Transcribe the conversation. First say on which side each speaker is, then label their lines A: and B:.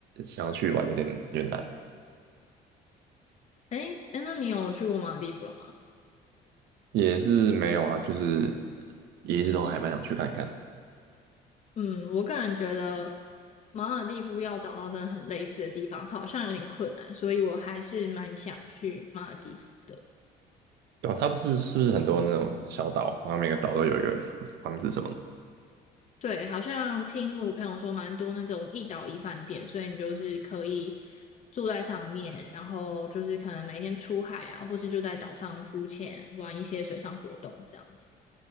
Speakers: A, on the right; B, on the left.
A: 想要去玩有点有点难，
B: 诶，诶，那你有去过马尔地夫了吗？
A: 也是没有啊，就是也一直都还蛮想去看看的。
B: 嗯，我个人觉得马尔蒂夫要找到真的很类似的地方，好像有点困难，所以我还是蛮想去马尔蒂夫的。
A: 对啊，它不是是不是很多那种小岛，然后每个岛都有一个房房子什么的，
B: 对，好像听我朋友说，蛮多那种一岛一饭店，所以你就是可以住在上面，然后就是可能每天出海啊，或是就在岛上浮潜，玩一些水上活动这样子。